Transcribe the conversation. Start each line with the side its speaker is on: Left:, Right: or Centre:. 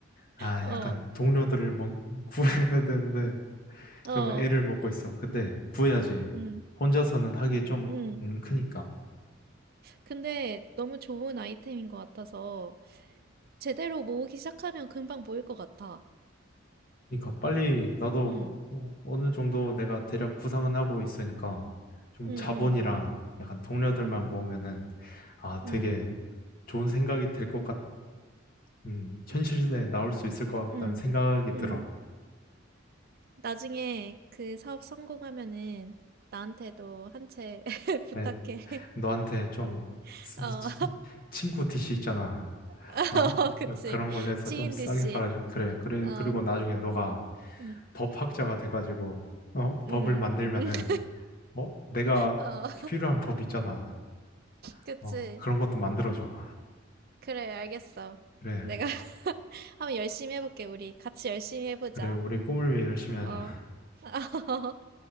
Left: 아,
Right: 어,
Left: 약간 동료들을 뭐 <laughs> 구해야 되는데,
Right: 어,
Left: 좀 애를 먹고 있어. 근데 구해야지.
Right: 응,
Left: 혼자서는 하기 좀
Right: 응.
Left: 음, 크니까.
Right: 근데 너무 좋은 아이템인 것 같아서 제대로 모으기 시작하면 금방 모일 것 같아.
Left: 그러니까 빨리 나도
Right: 응,
Left: 어, 어느 정도 내가 대략 구상은 하고 있으니까 좀
Right: 응, 응,
Left: 자본이랑 약간 동료들만
Right: 응,
Left: 모으면은 아 되게
Right: 응.
Left: 좋은 생각이 들 것 같, 음, 현실에 나올 수 있을 것 같다는
Right: 응,
Left: 생각이
Right: 응.
Left: 들어.
Right: 나중에 그 사업 성공하면은 나한테도 한 채 <laughs> 부탁해.
Left: 네, 너한테 좀
Right: <laughs>
Left: 스-
Right: 어,
Left: 스- 친구 디시 있잖아.
Right: <laughs>
Left: 아
Right: 그치.
Left: 그런 걸로 해서
Right: 지인
Left: 좀 싸게
Right: d 씨
Left: 팔아줘. 그래. 그래.
Right: 어,
Left: 그리고 나중에 너가
Right: 응,
Left: 법학자가 돼가지고 어?
Right: 응.
Left: 법을 만들면은
Right: <laughs>
Left: 어? 내가
Right: 어,
Left: 필요한 법 있잖아.
Right: 그치.
Left: 어? 그런 것도 만들어줘.
Right: 그래, 알겠어.
Left: 그래.
Right: 내가 <laughs> 한번 열심히 해볼게, 우리. 같이 열심히 해보자.
Left: 그래, 우리 꿈을 위해 열심히 하자.
Right: 어. <laughs>